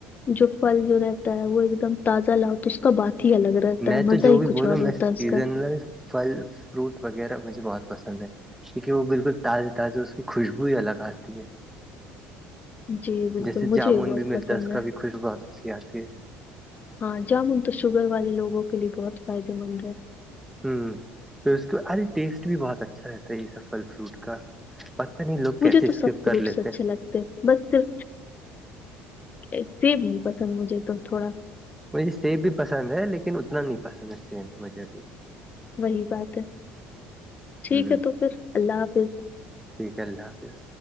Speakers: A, on the left; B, in the centre.
A: جو فھل جو رہتا ہے وہ ایک دم تازہ لاؤ تو اس کا بات ہی الگ ہے رہتا
B: میں
A: مزہ
B: تو جو
A: ہی
B: بھی
A: کچھ
B: بولوں
A: اور
B: میں
A: ہوتا
B: سیزنل
A: ہے اس کا
B: پھل فروٹ وغیرہ مجھے بہت پسند ہے کیونکہ وہ بالکل تازے تازے اس کی خوشبو ہی الگ آتی ہے
A: جی بالکل
B: جیسے
A: مجھے
B: جامن
A: بہت
B: بھی
A: پسند
B: ملتا ہے اس کا بھی خوشک بہت اچھی آتی ہے
A: ہاں جامن تو شوگر والے لوگوں کے لیے بہت فائدے مند ہے
B: پھر اس کے ارے ٹیسٹ بھی بہت اچھا رہتا ہے یہ سب پھل فروٹ کا پتہ نہیں لوگ
A: مجھے
B: کیسے اسکپ
A: تو سب
B: کر
A: فروٹس
B: لیتے
A: اچھے
B: ہیں
A: لگتے ہیں بس صر سیب نہیں پسند مجھے تو تھوڑا
B: مجھے سیب بھی پسند ہے لیکن اتنا نہیں پسند ہے سیم مجھے بھی
A: وہی بات ہے ٹھیک
B: ہ
A: ہے تو پھر اللہ حافظ
B: ٹھیک ہے اللہ حافظ